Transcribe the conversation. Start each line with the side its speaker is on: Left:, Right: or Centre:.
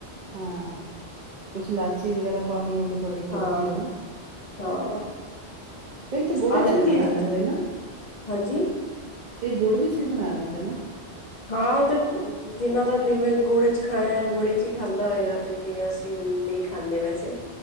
Right: ਹਾਂ ਕੁਛ ਲਾਚੀ ਵਗੈਰਾ ਪਾਨੀ ਹੋ ਤੇ ਤੁਹਾਡੀ ਮਰਜ਼ੀ
Left: ਹਾਂ
Right: ਹੈ ਨਾ।
Left: ਹਾਂ।
Right: ਕਈ ਤੇ
Left: ਸਵਾਦ
Right: ਗੁੜ ਵਿੱਚ
Left: ਲੱਗਦੀ
Right: ਵੀ ਬਣਾ
Left: ਹੈ ਚੀਜ਼ਾਂ
Right: ਲੈਂਦੇ ਨਾ।
Left: ਹਾਂਜੀ
Right: ਕਈ ਗੁੜ ਵਿੱਚ ਚ ਵੀ ਬਣਾ ਲੈਂਦੇ ਨਾ।
Left: ਹਾਂ ਉਹ ਤੇ ਜਿਨਾਂ ਦਾ ਜਿਵੇਂ ਗੁੜ ਚ ਖਾਣਾ ਹੈ ਉਹ ਗੁੜ ਚ ਹੀ ਖਾਂਦਾ ਹੋਏਗਾ ਤੇ ਜਿਵੇਂ ਅਸੀਂ ਨੀ ਖਾਂਦੇ ਵੈਸੇ।